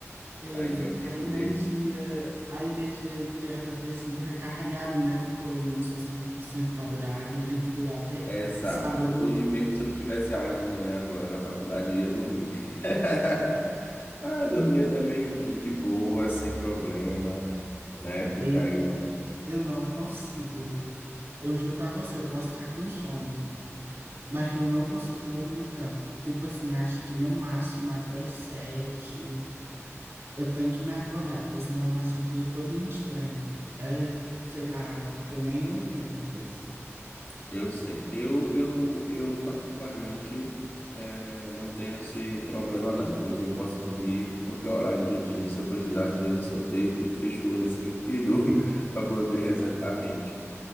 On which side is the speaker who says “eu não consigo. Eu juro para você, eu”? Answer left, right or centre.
Right